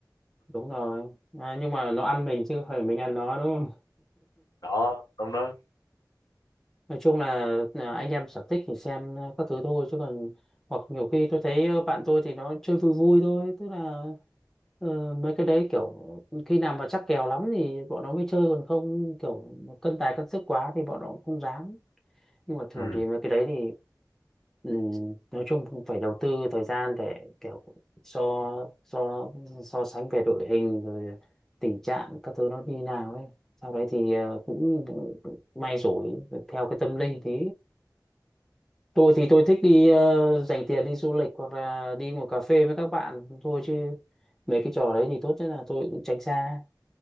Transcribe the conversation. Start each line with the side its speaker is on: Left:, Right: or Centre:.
Centre: Đúng rồi. À, nhưng mà nó ăn mình chứ không phải mình ăn nó đúng
Left: đó đúng đó
Centre: nói chung là là anh em sở thích thì xem ờ, các thứ thôi chứ còn hoặc nhiều khi tôi thấy ờ, bạn tôi thì nó chơi vui vui thôi tức là ờ, mấy cái đấy kiểu khi nào mà chắc kèo lắm thì bọn nó mới chơi còn không kiểu mà cân tài cân sức quá thì bọn nó cũng không dám nhưng mà thường
Left: ừ
Centre: thì mấy cái đấy thì Ừ, nói chung cũng phải đầu tư thời gian để kiểu so so so sánh về đội hình rồi tình trạng các thứ nó như nào ấy sau đấy thì ờ, cũng may rủi theo cái tâm linh tí tôi thì tôi thích đi ờ, dành tiền đi du lịch hoặc là đi ngồi cà phê với các bạn thôi chứ mấy cái trò đấy thì tốt nhất là tôi cũng tránh xa